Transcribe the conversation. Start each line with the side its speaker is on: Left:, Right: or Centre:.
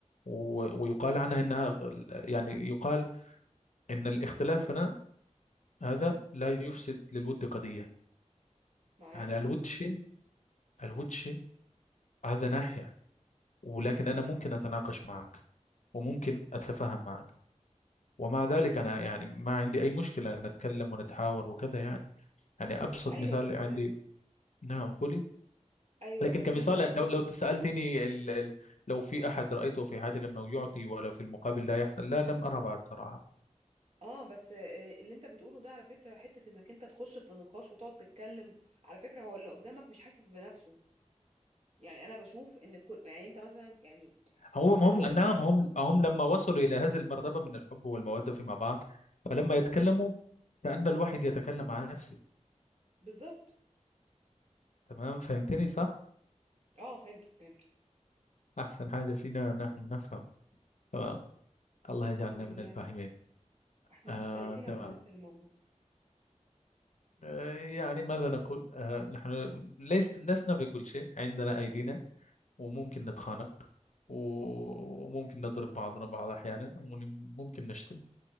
Left: و- ويقال عنها إنها يعني يقال إن الاختلاف هنا هذا لا يفسد للود قضية
Right: معاك
Left: يعني الود شيء الود شيء هذا ناحية ولكن
Right: امم
Left: أنا ممكن أتناقش معك وممكن أتفاهم معك ومع ذلك أنا يعني ما عندي أي مشكلة أن نتكلم ونتحاور وكذا يعني يعني أبسط
Right: ايوه
Left: مثال
Right: بس
Left: عندي نعم قولي
Right: ايوه
Left: لكن
Right: بس
Left: كمثال
Right: انت انت
Left: يعني لو
Right: بت...
Left: لو سألتني ال... ال... لو في أحد رأيته في حياتك أنه يعطي ولا في المقابل لا يحصل لا لم أرى بعد صراحة
Right: اه بس آه، اللي انت بتقوله ده على فكره حته انك انت تخش في نقاش وتقعد تتكلم على فكره هو اللي قدامك مش حاسس بنفسه يعني انا بشوف ان كل يعني انت مثلا يعني
Left: هم
Right: انت
Left: هم
Right: دلوقتي
Left: نعم
Right: بت...
Left: هم هم لما وصلوا إلى هذه المرتبة من الحب والمودة فيما بعد فلما يتكلموا كأن الواحد يتكلم عن نفسه
Right: بالظبط
Left: تمام فهمتني صح؟
Right: اه فهمتك فهمتك
Left: أحسن حاجة فينا نحن نفهم تمام الله يجعلنا
Right: الحمد لله
Left: من الفاهمين
Right: احنا
Left: آه
Right: مختلفين
Left: تمام
Right: عن الناس اللي موجوده
Left: آه يعني ماذا نقول آه نحن ليس لسنا في كل شيء عندنا أيدينا وممكن نتخانق و- وممكن نضرب بعضنا بعض أحيانا وممكن نشتم